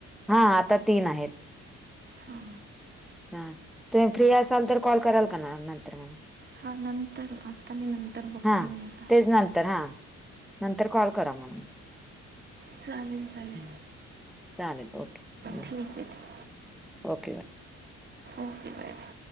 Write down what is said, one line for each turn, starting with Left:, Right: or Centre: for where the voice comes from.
Centre: हा आता तीन आहेत.
Right: हां
Centre: हा तुम्ही फ्री असाल तर कॉल कराल का ना नंतर मंग.
Right: हा नंतर आत्ता आणि नंतर बघते
Centre: हा
Right: मिळता.
Centre: तेच
Right: <unintelligible>
Centre: नंतर हा. नंतर कॉल करा म्हणून.
Right: चालेल चालेल
Centre: हं, चालेल ओके
Right: ठीक हे ठीक हे.
Centre: ओके.
Right: Okay bye bye.